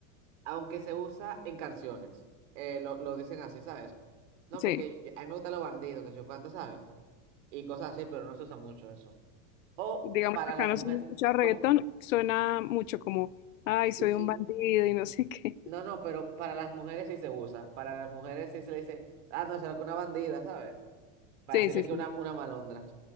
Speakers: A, on the right; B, on the left.
A: aunque se usa en canciones, eh, lo, lo dicen así, ¿sabes? No,
B: Sí,
A: porque yo- a mí me gustan los bandidos, que yo cuánto, ¿sabes? Y cosas así, pero no se usa mucho eso. O
B: digamos
A: para
B: que acá
A: las
B: no
A: mujeres,
B: se escucha reggaetón,
A: ¿cómo?
B: suena mucho como, ay,
A: Sí,
B: soy
A: sí.
B: un bandido y no sé qué.
A: No, no, pero para las mujeres sí se usa. Para las mujeres sí se le dice, ah, no, será que una bandida, ¿sabes? Para
B: Sí,
A: decirle
B: sí,
A: que
B: sí,
A: una, una malondra.